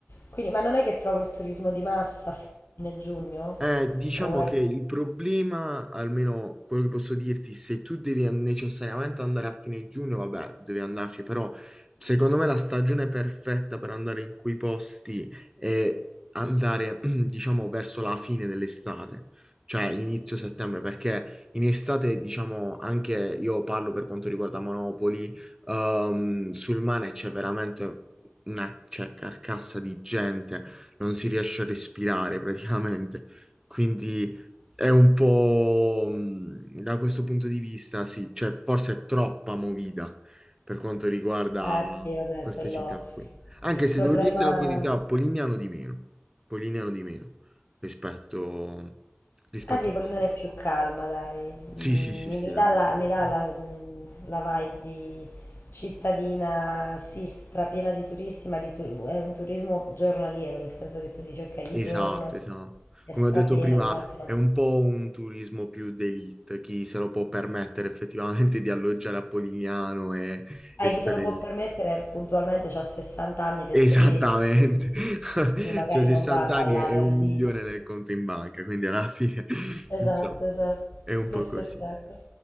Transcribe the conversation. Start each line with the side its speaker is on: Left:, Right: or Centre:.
Left: quindi- ma non è che trovo il turismo di massa a fine giugno?
Right: Eh, diciamo
Left: O è...
Right: che il problema, almeno quello che posso dirti, se tu devi necessariamente andare a fine giugno, vabbè, devi andarci, però secondo me la stagione perfetta per andare in quei posti è andare, <clears throat> diciamo, verso la fine dell'estate, cioè inizio settembre, perché in estate, diciamo, anche io parlo per quanto riguarda Monopoli, ehm, sul mare c'è veramente una, cioè, carcassa di gente non si riesce a respirare praticamente. Quindi è un po' mh, da questo punto di vista, sì, cioè forse è troppa movida per quanto riguarda
Left: Ah, sì, vabbè,
Right: queste
Left: quello...
Right: città qui. Anche
Left: Il
Right: se
Left: problema...
Right: devo dirti la verità, Polignano di meno, Polignano di meno rispetto, rispetto
Left: Ah sì,
Right: a
Left: Polina
Right: Monaco.
Left: è più calma, dai.
Right: Sì,
Left: Mm,
Right: sì, sì,
Left: Mi,
Right: sì,
Left: mi
Right: è
Left: dà
Right: molto
Left: la,
Right: lontano.
Left: mi dà la- mm, la vibe di cittadina, sì, strapiena di turisti, ma di tu- è un turismo giornaliero, nel senso che tu dici, ok, di
Right: Esatto,
Left: giorno
Right: esatto.
Left: è
Right: Come
Left: strapiena,
Right: ho detto prima,
Left: di notte non...
Right: è un po' un turismo più d'élite, chi se lo può permettere effettivamente di alloggiare a Polignano e,
Left: Ah,
Right: e stare
Left: chi se lo può
Right: lì.
Left: permettere puntualmente ha 60 anni ed è
Right: Esattamente,
Left: tedesco, quindi,
Right: <laughs>
Left: quindi magari
Right: cioè 60
Left: non va a ballare
Right: anni e e un
Left: al Lido.
Right: milione nel conto in banca, quindi alla fine, <laughs>
Left: Esatto,
Right: insomma,
Left: esatto.
Right: è un
Left: Che
Right: po'
Left: spettacolo.
Right: così.